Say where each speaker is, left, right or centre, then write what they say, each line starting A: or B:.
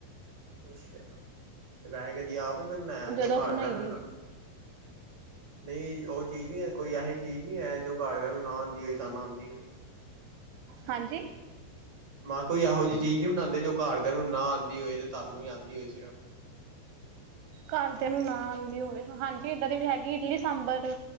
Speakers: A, on the right; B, on the right.
A: ਅੱਛਾ, ਤੇ ਵੈਸੇ ਕਦੀ ਆਪ ਨੇ ਕੋਈ ਬਣਾਇਆ ਜੋ
B: ਜਦੋਂ
A: ਘਰ
B: ਬਣਾਈ
A: ਕੇਹਦਣ।
B: ਦੀ
A: ਨਹੀਂ ਉਹ ਚੀਜ਼ ਨਹੀਂ ਹੈ। ਕੋਈ ਇਹੋਹੀ ਚੀਜ਼ ਨਹੀਂ ਹੈ, ਜੋ ਘਾਰ ਦੇਆ ਨੂੰ ਨਾ ਆਉਂਦੀ ਹੋਏ। ਤੁਹਾਨੂੰ ਆਉਂਦੀ ਹੋਏ।
B: ਹਾਂਜੀ।
A: ਮਾਂ ਕਿਹਾ ਕੋਈ ਇਹੋ ਜਿਹੀ ਚੀਜ਼ ਨੀ ਬਣਾਉਂਦੇ, ਜੋ ਘਰਦਿਆਂ ਨੂੰ ਨਾ ਆਉਂਦੀ ਹੋਏ। ਤੇ ਤੁਾਨੂੰ ਹੀ ਆਉਂਦੀ ਹੋਏ ਸਿਰਫ।
B: ਘਰਦਿਆਂ ਨੂੰ ਨਾ ਆਉਂਦੀ ਹੋਵੇ। ਹਾਂਜੀ ਇੱਦਾਂ ਦੀ ਵੀ ਹੈਗੀ ਇਡਲੀ- ਸਾਂਬਰ।